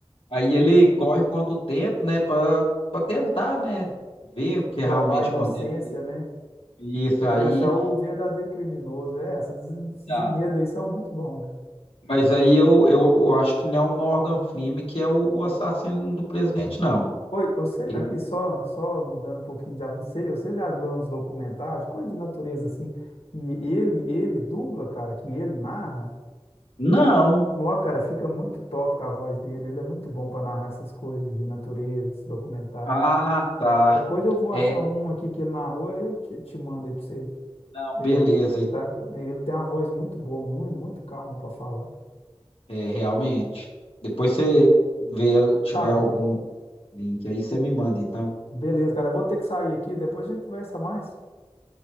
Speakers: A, on the left; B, on the left.
A: Aí ele corre quanto tempo, né, Pra para tentar, né, ver o que
B: provar
A: realmente
B: a inocência,
A: aconteceu.
B: né?
A: E Isso aí.
B: E achar o verdadeiro criminoso. É, essas, esses
A: Tá.
B: enredos aí são muito bons, velho.
A: Mas aí eu, eu, eu acho que não é o Morgan Freeman que é o, o assassino do presidente, não.
B: Oi, você,
A: Ele-
B: aqui só, só mudando um pouquinho de assunto, sei, você já viu uns documentários, coisa de natureza assim, que ele, ele dubla, cara, que ele narra?
A: Não.
B: Nó, cara, fica muito top com a voz dele, ele é muito bom pra narrar essas coisas de natureza, esse documentário.
A: Ah, tá.
B: Depois eu vou
A: É,
B: achar um aqui que ele narrou, aí eu te, te mando aí pra você.
A: não,
B: pra
A: beleza.
B: você ouvir, tá? Ele tem uma voz muito boa, muito, muito calma pra falar.
A: É, realmente. Depois você vê, tiver
B: Tá bom.
A: algum link aí, você me manda, então.
B: Beleza, cara. Eu vou ter que sair aqui, depois a gente conversa mais.